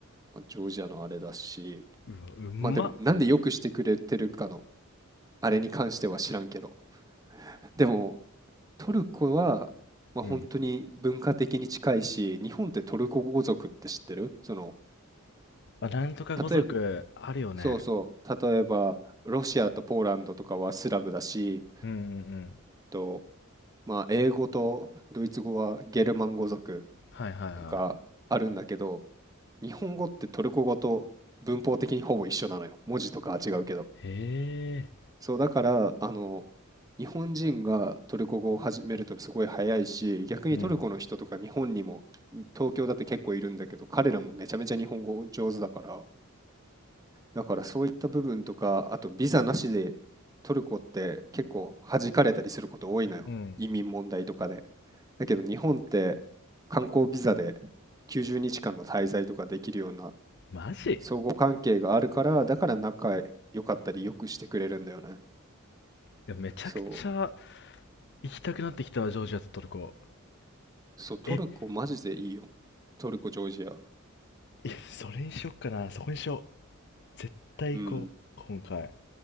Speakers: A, on the right; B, on the left.
A: まあ、ジョージアのあれだし。
B: ーうわ、うまっ。
A: まあでも、なんでよくしてくれてるかの、あれに関しては知らんけど。でも、トルコは、まあ本当に文化的に近いし、
B: うん。
A: 日本ってトルコ語族って知ってるその、
B: あ、なんとか語族、
A: 例えば、
B: あるよね。
A: そうそう、例えば、ロシアとポーランドとかはスラブだし、
B: うんうんうん
A: と、まあ英語とドイツ語はゲルマン語族
B: はいはいはい。
A: とかあるんだけど、日本語ってトルコ語と文法的にほぼ一緒なのよ。文字とかは違うけど。
B: え
A: そう、だから、あの、日本人がトルコ語を始めるとすごい早いし、逆にトルコの人とか日本にも、
B: えうん。
A: 東京だって結構いるんだけど、彼らもめちゃめちゃ日本語上手だから、だからそういった部分とか、あとビザなしでトルコって結構弾かれたりすること多いのよ。
B: うん。うん。
A: 移民問題とかで。だけど日本って観光ビザで90日間の滞在とかできるような
B: マジい
A: 相互関係があるから、だから仲良かったりよくしてくれるんだよね。
B: や、めちゃくちゃ
A: そう。
B: 行きたくなってきたわ、ジョージアとトルコ。
A: そう、トルコマジでいいよ。
B: え、
A: トルコ、ジョージア。
B: いやそれにしよっかな、そこにしよう。絶対行こう、
A: うん。
B: 今回。